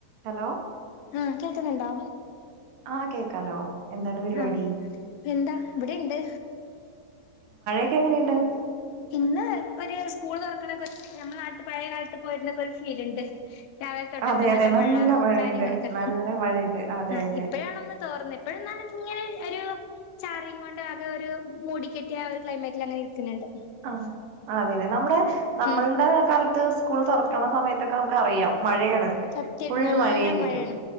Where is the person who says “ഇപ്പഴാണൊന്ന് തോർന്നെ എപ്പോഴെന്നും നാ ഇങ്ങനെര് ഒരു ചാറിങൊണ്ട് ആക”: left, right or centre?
Left